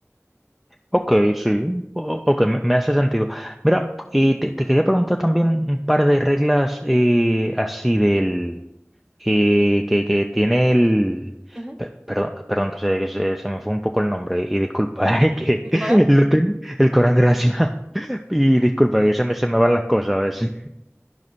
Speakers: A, in the centre; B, on the right.
A: ok, sí, o- o- ok, me, me hace sentido. Mira, eh, te, te quería preguntar también un par de reglas eh, así del eh, que, que tiene el...
B: Ujú.
A: pe- Perdón, perdón que, se, que se- se me fue un poco el nombre y disculpa, <laughs> eh, que
B: ¿El Corán?
A: lo ten- el Corán gracias. <laughs> y disculpa que se me, se me van las cosas a veces.